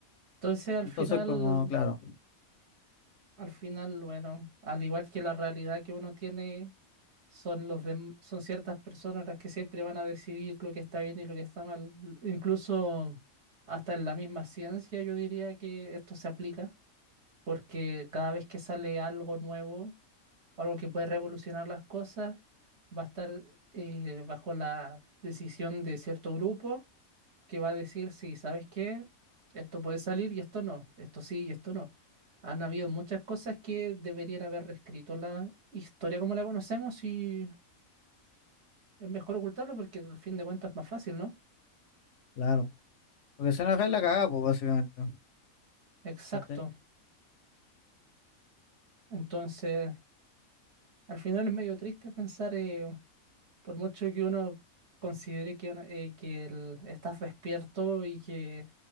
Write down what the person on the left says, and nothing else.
Entonces,
como, claro,
claro. Porque se enoja y la cagada, pues, básicamente.
¿cachai?